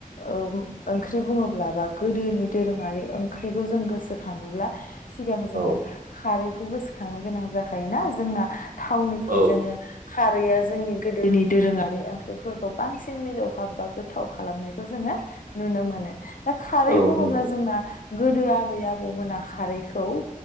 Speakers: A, on the left; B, on the right.
A: औ ओंख्रि बुङोब्ला बा गोदोनि दोरोङारि ओंख्रिखौ जों गोसोखाङोब्ला सिगां जोङो
B: औ
A: खारै खौ गोसोखांनो गोनां जाखायोना जोंना थाव जोङो
B: औ
A: खारैआ जोंनि गोदोनि दोरोङारि ओंख्रिफोरखौ बांसिन मिलौहाब बा गोथाव खालामनायखौ जोङो नुनो मोनो। दा खारै
B: औ
A: बुङोब्ला
B: नंगौ
A: जोंना गोदो आबै आबौमोना खारैखौ